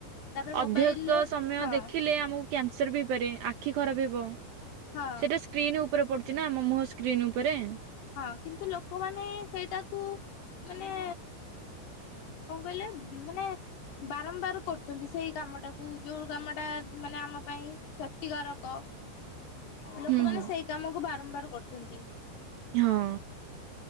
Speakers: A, on the left; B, on the right.
A: ତାପରେ
B: ଅଧିକ
A: ମୋବାଇଲରେ
B: ସମୟ
A: ହଁ
B: ଦେଖିଲେ ଆମକୁ କ୍ୟାନସର ବି ହେଇପାରେ ଆଖି ଖରାପ ହେବ
A: ହଁ।
B: ସେଟା ସେ ସ୍କ୍ରିନ୍ ଉପରେ ପଡୁଛି ନା ଆମ ମୁହଁ ସ୍କ୍ରିନ୍ ଉପରେ।
A: ହଁ କିନ୍ତୁ ଲୋକମାନେ ସେଇଟାକୁ ମାନେ ହ କଣ କହିଲେ ମାନେ ବାରମ୍ବାର କରୁଛନ୍ତି ସେଇ କାମଟାକୁ ଯୋଉ କାମଟା ମାନେ ଆମ ପାଇଁ କ୍ଷତିକାରକ। ଲୋକମାନେ
B: ହୁଁ ହୁଁ।
A: ସେଇ କାମକୁ ବାରମ୍ବାର କରୁଛନ୍ତି।
B: ହଁ।